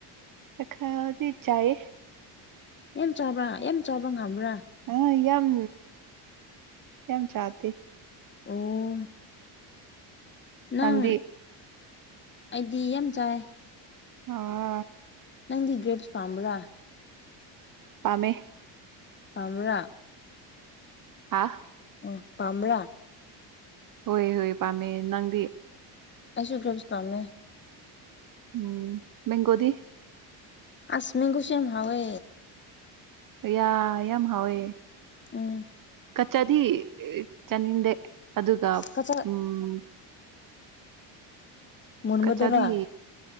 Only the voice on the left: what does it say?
ꯌꯥꯝ ꯆꯥꯕꯥ ꯌꯥꯝ ꯆꯥꯕ ꯉꯝꯕ꯭ꯔꯥ
ꯑꯣ ꯅꯪ
ꯑꯩꯗꯤ ꯌꯥꯝ ꯆꯥꯏ
ꯅꯪꯗꯤ ꯒ꯭ꯔꯦꯞꯁ ꯄꯥꯝꯕ꯭ꯔꯥ
ꯄꯥꯝꯕꯔꯥ
ꯎꯝ ꯄꯝ꯭ꯔꯥ
ꯑꯩꯁꯨ ꯒ꯭ꯔꯦꯞꯁ ꯄꯥꯝꯃꯦ꯫
ꯑꯁꯃꯤꯒꯨꯁꯦꯝ ꯍꯋꯦ꯫
ꯎꯝ
ꯀꯆꯥ
ꯃꯨꯟꯕꯗꯨꯔꯥ